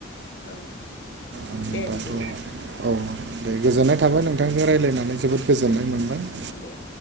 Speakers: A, on the left; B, on the right.
A: औ
B: आं
A: दे
B: दाथ'
A: बिदिब्ला।
B: औ दे गोजोननाय थाबाय नोंथांजों रायज्लायनानै जोबोद गोजोननाय मोनबाय।
A: दे